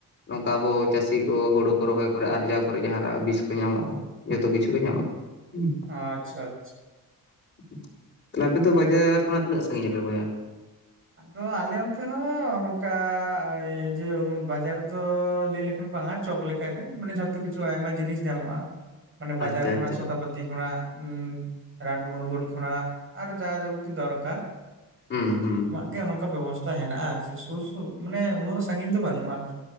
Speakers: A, on the left (about 30°); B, on the right (about 35°).
A: ᱱᱚᱝᱠᱟ ᱟᱵᱚ ᱪᱟᱹᱥᱤ ᱠᱚ ᱦᱳᱲᱩ ᱠᱚ ᱨᱚᱦᱚᱭ ᱠᱚᱨᱮ ᱟᱨᱡᱟᱣ ᱠᱚᱨᱮ ᱡᱟᱦᱟᱱᱟᱜ ᱵᱤᱥ ᱠᱚ ᱧᱟᱢᱚᱜ-ᱟ ᱡᱚᱛᱚ ᱠᱤᱪᱷᱩ ᱜᱮ ᱧᱟᱢᱚᱜ, ᱩᱸ,
B: ᱟᱪᱪᱷᱟ ᱟᱪᱪᱷᱟ,
A: <inaudible> ᱛᱟᱦᱮ ᱟᱯᱮ ᱫᱚ ᱵᱟᱡᱟᱨ ᱠᱷᱚᱱᱟᱜ ᱛᱤᱱᱟᱹᱜ ᱥᱟᱜᱤᱧ ᱟᱯᱮ ᱵᱚᱭᱦᱟ?
B: ᱟᱫᱚ ᱟᱞᱮ ᱚᱱᱛᱮ ᱦᱚᱸ ᱱᱚᱝᱠᱟ ᱡᱮ ᱵᱟᱡᱟᱨ ᱫᱚ ᱞᱟᱹᱭ ᱞᱮᱠᱷ ᱵᱟᱝᱟ ᱪᱚᱠ ᱞᱮᱠᱟ ᱜᱮ ᱢᱟᱱᱮ ᱡᱷᱚᱛᱚ ᱠᱤᱪᱷᱩ ᱟᱭᱢᱟ ᱡᱤᱱᱤᱥ ᱧᱟᱢᱚᱜ-ᱟ᱾ ᱢᱟᱱᱮ ᱵᱟᱡᱟᱨ
A: ᱟᱪᱪᱷᱟ
B: ᱠᱷᱚᱱᱟᱜ
A: ᱟᱪᱪᱷᱟ
B: ᱥᱚᱫᱷᱟ ᱯᱟᱛ ᱛᱤ ᱠᱷᱚᱱᱟᱜ ᱩᱸ ᱨᱟᱱ ᱢᱩᱨᱜᱚᱱ ᱠᱷᱚᱱᱟᱜ ᱡᱟ ᱡᱟᱵᱚᱛᱤᱭᱳ ᱫᱚᱨᱠᱟᱨ
A: ᱦᱩᱸ, ᱦᱩᱸ, ᱦᱩᱸ
B: ᱚᱱᱮ
A: ᱾
B: ᱚᱱᱠᱟ ᱵᱮᱵᱚᱥᱛᱟ ᱦᱮᱱᱟᱜ-ᱟ, ᱟᱨ ᱪᱮᱫ ᱥᱩᱨ-ᱥᱩᱨ ᱢᱟᱱᱮ ᱩᱱᱟᱹᱜ ᱥᱟᱺᱜᱤᱧ ᱫᱚ ᱵᱟᱹᱱᱩᱜ-ᱟ ᱾